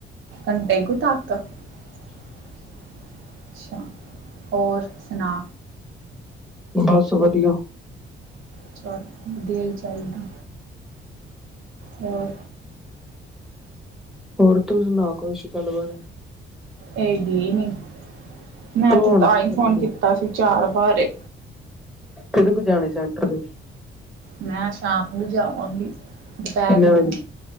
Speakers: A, on the right; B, in the centre.
A: ਘੰਟੇ ਕੁੂ ਤੱਕ। ਅੱਛਾ ਹੋਰ ਸੁਣਾ।
B: ਬਸ ਵਧੀਆ
A: ਅਛਾ ਵਧੀਆ ਹੀ ਚਾਹੀਦਾ ਹੋਰ
B: ਹੋਰ ਤੂੰ ਸੁਣਾ ਕੁਛ ਗੱਲਬਾਤ।
A: ਇਹ ਗੀ ਨੀ ਮੈਂ
B: ਤੂੰ
A: ਤੇ
B: ਹੁਣ
A: ਤਾਂ
B: ਕੀ
A: ਹੀ
B: ਕਰਨ
A: ਫੋਨ
B: ਦੀ
A: ਕੀਤਾ ਸੀ ਚਾਰ ਵਾਰੇ।
B: ਕਿਦੋ ਕੂ ਜਾਣਨਾ ਹੀ ਸੈਂਟਰ ਚ।
A: ਮੈਂ ਸ਼ਾਮ ਨੂੰ ਜਾਵਾਂਗੀ ਦੁਪਹਿਰ
B: ਕਿੰਨੇ
A: ਨੂੰ
B: ਵਜੇ